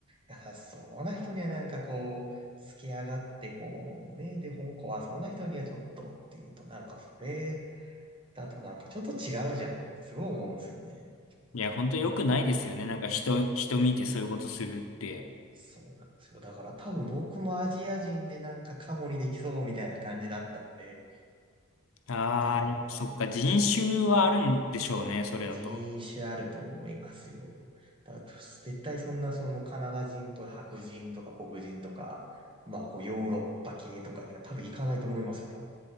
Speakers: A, on the right; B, on the left.
A: 優しそうな人にはなんかこう、好き上がってこう、ね、で、本校はそんな人にはちょっとっていうと、なんかそれ、だとなんかちょっと違うじゃんってすごい思うんですよね。
B: いや、本当良くないですよね。なんか人、人見てそういうことするって。
A: そうなんですよ。だから多分僕もアジア人でなんかカモにできそうみたいな感じだったんで、
B: ああ、
A: 多分、
B: そっか、人種はあるんでしょうね、それだと。
A: 人種あると思いますよ。だから絶対そんなそのカナダ人っぽい白人とか黒人とか、まあこうヨーロッパ系とかには多分行かないと思いますよ、多